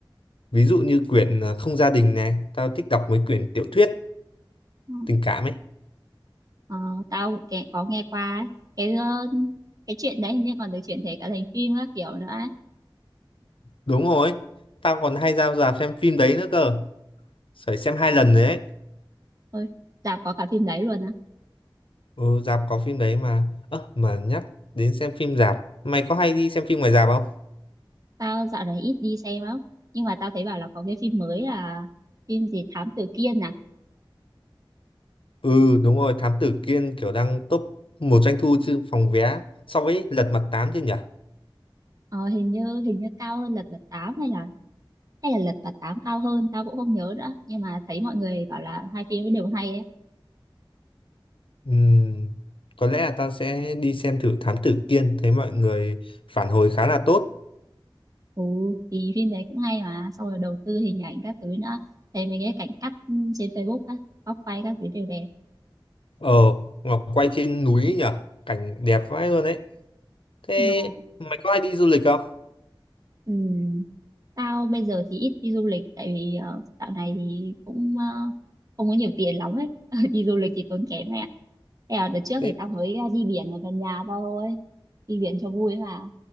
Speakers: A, on the left; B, on the right.
A: ví dụ như quyển ờ, Không gia đình này tao thích đọc mấy quyển tiểu thuyết
B: ờ,
A: tình cảm ấy
B: ờ, tao cũng kể- có nghe qua ấy. cái ờ, cái chuyện đấy hình như còn được chuyển thể cả thành phim các kiểu nữa ấy.
A: Đúng rồi, tao còn hay ra rạp xem phim đấy nữa cơ. Phải xem hai lần đấy.
B: Ôi, dạo có cả phim đấy luôn á.
A: Ừ, rạp có phim đấy mà. Ơ, mà nhắc đến xem phim rạp, mày có hay đi xem phim ngoài rạp không?
B: Tao dạo này ít đi xem lắm. Nhưng mà tao thấy bảo là có cái phim mới là phim gì Thám Tử Kiên à?
A: Ừ, đúng rồi, Thám Tử Kiên kiểu đang top một doanh thu chứ phòng vé so với Lật Mặt tám chứ nhỉ?
B: Ờ, hình như hình như cao hơn Lật Mặt 8 hay là hay là Lật Mặt 8 cao hơn, tao cũng không nhớ nữa. Nhưng mà thấy mọi người bảo là hai phim ấy đều hay ấy.
A: Ừm, có lẽ là tao sẽ đi xem thử Thám Tử Kiên, thấy mọi người phản hồi khá là tốt.
B: Ừ, thì phim đấy cũng hay mà, xong rồi đầu tư hình ảnh các thứ nữa. Thấy mấy cái cảnh cắt ừ, trên Facebook á, góc quay các thứ đều đẹp.
A: Ờ, Ngọc quay trên núi nhỉ? Cảnh đẹp vãi luôn đấy. Thế
B: No.
A: mày có hay đi du lịch không?
B: Ừ. Tao bây giờ thì ít đi du lịch tại vì ờ, dạo này thì cũng ờ, không có nhiều tiền lắm ấy. <laughs> Đi du lịch thì tốn kém mẹ. Thế là đợt trước
A: Thế
B: thì tao mới ờ, đi biển ở gần nhà tao thôi. Đi biển cho vui mà.